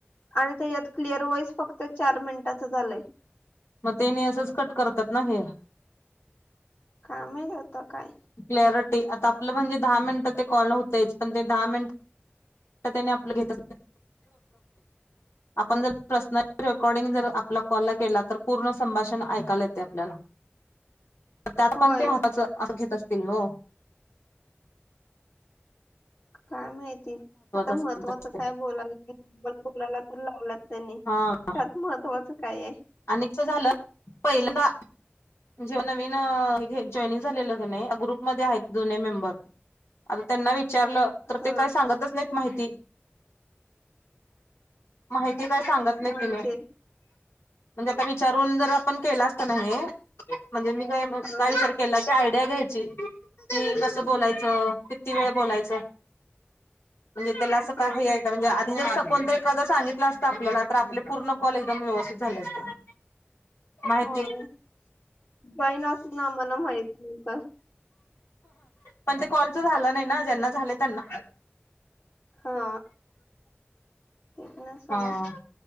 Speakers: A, on the left; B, on the left.
A: आणि त्याच्यात क्लिअर वॉइस फक्त चार मिनिटाच झालंय
B: मग तेनी असंच कट करतात ना हे
A: कामही जातं काय
B: क्लॅरिटी आता आपलं म्हणजे दहा मिनिटं ते कॉल होतेच पण ते दहा मिनिट त्यानी आपलं घेत आपण जर प्रश्न रेकॉर्डिंग जर आपल्या कॉल ला केला तर पूर्ण संभाषण ऐकायला येते आपल्याला <inaudible> तर त्यात
A: होय
B: पण ते मातच घेत असतील न.
A: काय माहिती आता महत्त्वाचं
B: असेल
A: काय बोलाय बोलायला तर लावलात त्यांनी.
B: हा
A: त्यात महत्त्वाचं. काय आहे
B: आणि झालं पहिल्यांदा. जेव नवीन जॉइनिंग झालेलं नाही ग्रुपमध्येध्ये आहेत दोन्ही मेंबर. आता त्यांना विचारलं तर
A: हा
B: ते काय सांगतच नाहीत माहिती. माहिती काय सांगत नाही
A: म्हणजे
B: तिने. म्हणजे आता विचारून जर आपण केला असता नाही म्हणजे मी काय
A: हा
B: काय विचार केला क. ्या घ्यायची कि कस बोलायचं किती वेळ बोलायच. म्हणजे त्याला असं काही
A: हा
B: आहे का म्हणजे आधी जऊत. कोणत एखादा सांगितलं असत आपल्याला तर आपले पूर्ण कॉल एकदम व्यवस्थित झाले असते. माहिती.
A: होय जॉईन असून आम्हाला माहित नव्हतं
B: पण ते कॉलच झालं नाही ना ज्यांना झाले त्यांना.
A: हा तेथ नाही चला.
B: हा